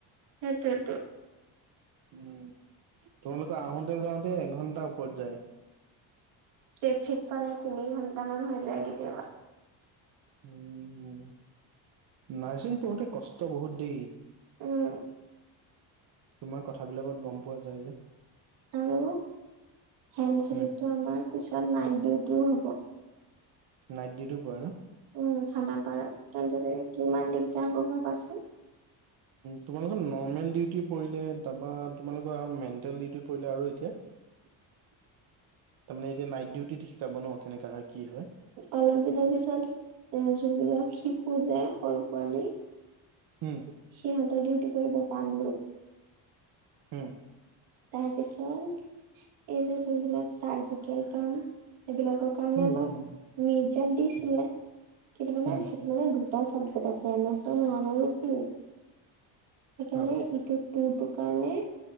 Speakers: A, on the right; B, on the right.
A: সেইটোয়েতো
B: উম তোমালোকৰ আহোতে যাওঁতে এঘন্টাৰ ওপৰত যায়
A: ট্ৰেফিক পালে তিনি ঘন্টামান হৈ যায় কেতিয়াবা।
B: উম নাৰ্ছিং পঢ়োতে কষ্ট বহুত দেই
A: উম
B: তোমাৰ কথাবিলাকত গম পোৱা যায় যে।
A: আৰু হেল চিতিতটো
B: উম
A: আমাৰ পিছত নাইট ডিউটিও হ'ব।
B: নাইট ডিউটিও পৰে ন।
A: উম খানাপাৰাত তেন্তে কিমান দিগদাৰ ভাবাচোন।
B: তোমালোকৰ নৰ্মেল ডিউটি পৰিলে তাৰপা তোমালোকৰ মেণ্টেল ডিউটি পৰিলে আৰু এতিয়া
A: <unintelligible>
B: তাৰমানে এতিয়া নাইট ডিউটিত শিকাব ন কেনেকা হয়? কি হয়
A: অলপ দিনৰ পিছত এ যোনবিলাক শিশু যে সৰু পোৱালি <inaudible>
B: উম
A: সিহঁতৰ ডিউটি কৰিব পাণলত <unintelligible>
B: হুম
A: তাৰ পিছত এই যে যোনবিলাক চাৰ্জিকেল কাম সেইবিলাকৰ কাৰণে
B: উম
A: আমাক
B: উম
A: মিৰ্জাত দিছিলে কিন্তু মানে
B: উম
A: সেইটো মানে দুটা চাবজেক্ট আছে এনচন ওৱান আৰু টু। সেইকাৰণে
B: অ
A: ইটোত টুটোৰ কাৰণে।